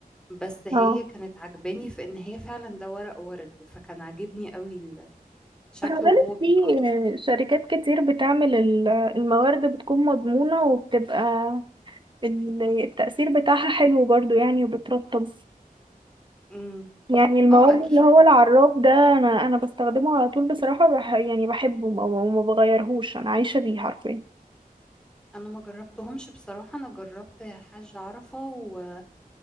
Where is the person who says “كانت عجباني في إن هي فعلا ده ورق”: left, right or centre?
Centre